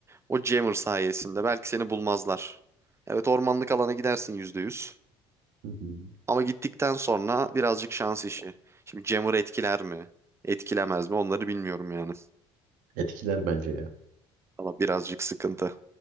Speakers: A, on the right; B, on the right.
A: O jammer sayesinde belki seni bulmazlar. Evet ormanlık alana gidersin yüzde yüz,
B: Hı hı.
A: Ama gittikten sonra birazcık şans işi. Şimdi jammer etkiler mi? Etkilemez mi? Onları bilmiyorum yani.
B: Etkiler bence ya.
A: Ama birazcık sıkıntı.